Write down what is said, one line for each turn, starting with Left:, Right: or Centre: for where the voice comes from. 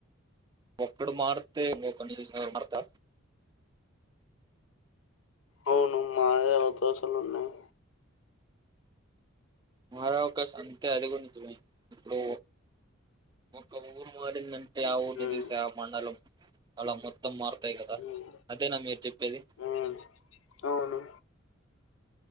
Right: ఒక్కడు మారితే ను కన్ని చస మడతా
Left: అవును మాదే అవకాశాలు ఉన్నాయి
Right: మారే అవకాశం అంతే అది కూడా నిజమే ఇప్పుడు ఒక ఊరు మారిందంటే అంటే ఆ ఊరిని
Left: ఉమ్,
Right: చూసే ఆ మండలం అలా మొత్తం మారుతాయి కదా
Left: ఉమ్,
Right: అదేనా మీరు చెప్పేది
Left: ఉమ్, అవును